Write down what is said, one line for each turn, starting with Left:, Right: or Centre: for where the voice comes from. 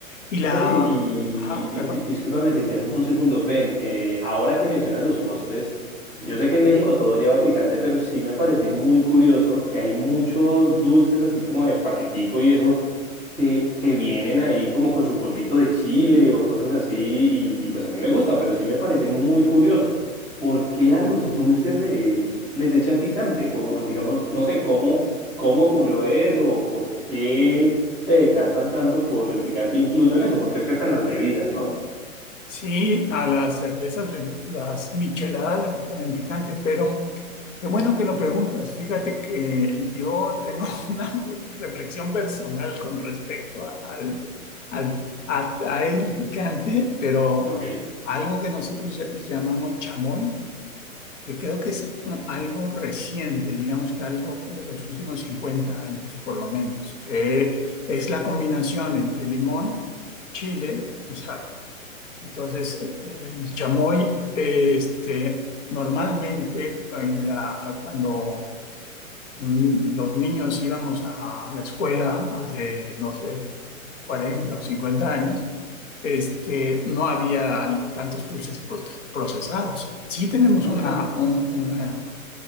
Left: Y Oye, la...
Centre: Oye, y
Left: Oye, Ah,
Centre: di-
Left: perdón.
Centre: di- discúlpame, te interrumpo un segundo. Ven, eh, ahora que mencionas los postres, yo sé que en México todo lleva picante, pero sí me parece muy curioso que hay muchos dulces así como de paquetico y eso, que, que vienen ahí como con su polvito de chile o cosas así, y, y pues a mí me gustan, pero sí me parece muy curioso. ¿Por qué a los dulces le, les echan picante? Co- digamos, no sé, ¿cómo, cómo ocurrió eso? ¿Por qué? se decantan tanto por el picante incluso en eso, porque es que están las bebidas, ¿no?
Left: Sí, a las cervezas, les- las micheladas les ponen picante, pero qué bueno que lo preguntas. Fíjate que yo tengo <laughs> una reflexión personal con respecto a- al, al- a- a el picante, pero
Centre: Ok,
Left: algo que nosotros ll- llamamos chamoy, que creo que es un- algo reciente, digamos que algo de los últimos 50 años, por lo menos, que es la combinación entre limón, chile y sal. Entonces, e- el chamoy, eh, este, normalmente cu- en la- cuando mm, los niños íbamos a la escuela hace, no sé, 40 o 50 años, este, no había tantos dulces prote- procesados. Sí tenemos
Centre: ok,
Left: una, un- una